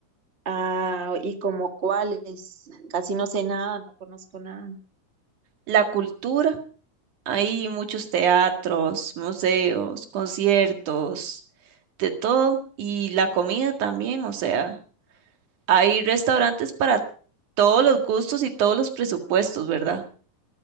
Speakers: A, on the right (about 25°); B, on the right (about 90°).
A: Ah, ¿y como cuáles? Casi no sé nada, no conozco nada.
B: La cultura, hay muchos teatros, museos, conciertos, de todo. Y la comida también, o sea. Hay restaurantes para todos los gustos y todos los presupuestos, ¿verdad?